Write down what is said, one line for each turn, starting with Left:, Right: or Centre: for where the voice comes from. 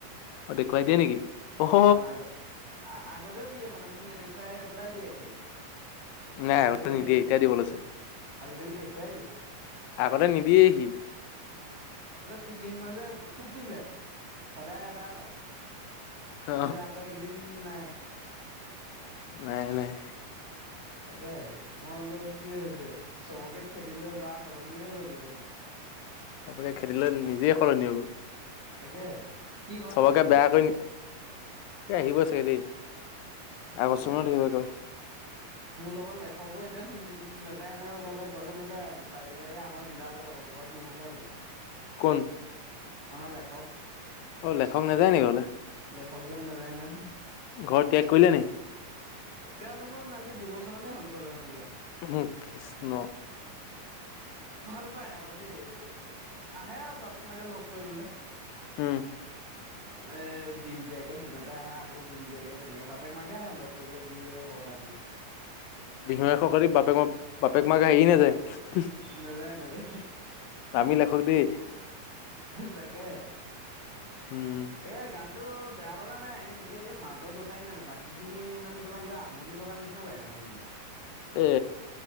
Left: অ দেখুৱাই দিয়ে নেকি অহ
Right: অ' আগ আগতেও দিয়ে মানে মোক নেদেখা পেলাই দিয়ে চাগে।
Left: নাই
Right: আজি
Left: আগতে
Right: কালি
Left: নিদিয়ে
Right: দেখ
Left: এতিয়া দিব লৈছে
Right: আজিকালি দেখুৱাই দিয়ে।
Left: আগতে নিদিয়ে সি।
Right: তিনিদিন মান যে খুব দিলে সদায় এটা এটা।
Left: অ
Right: তাৰপিছত আকৌ এইকেইদিন নাই
Left: নাই নাই।
Right: তাকে মই বোলো কি হৈছে? চবকে খেতি ল'ৰা সলনি হৈ গ'ল দেখোন।
Left: চবকে খেদিলে নিজেই সলনি হ'ল।
Right: তাকেহে সি ঘৰলে
Left: চবকে
Right: নাই যোৱা
Left: বেয়া
Right: নহয়
Left: কৰি
Right: চাগে
Left: নি এ আহিব চাগে দেই। আগষ্টত
Right: অ
Left: মাহত আহিব একে বাৰে।
Right: মোৰ লগত লেখকো এতিয়া উম নেযায়। এনেকৈ গলে গ'লে নেযায় বাহি বাহিৰে আমাৰ জিলালৈ যাব। ঘৰত নোসোমাই গে
Left: কোন
Right: আমাৰ লেখক।
Left: অ' লেখক নাযায় নেকি ঘলে?
Right: লেখকজন নাযায় নহয়।
Left: ঘৰ ত্যাগ কৰিলে নেকি?
Right: তেওঁ দেখোন আজি দুবছৰ মানে হল ঘলে নোযোৱা।
Left: উম কৃষ্ণ।
Right: ভাল পায় আকৌ দেই আহে আৰু বাপেক মাকে লগ কৰিবলে।
Left: উম
Right: উ এ দিন দিয়াকে দিনতে আহে। আকৌ ঘূৰি যায়গে। তেনেকে বাপেক মাক আহে লগ পাই পেলাই বিহুৱে ক কাটি
Left: বিহু এশকাৰী বাপেক <inaudible> বাপেক মাকে হেৰি নাযায়।
Right: নাযায় নাযায়
Left: ৰামি <inaudible> লেখক দেই
Right: তাকে
Left: উম
Right: তাকে গানটো বেয়া লগা নাই কিন্তু এই মাজত উসাইি মানে বাকী খিনি মানে তোমাৰ কিবা আমনি লগা নিচিনা লাগে শুনিলে।
Left: এ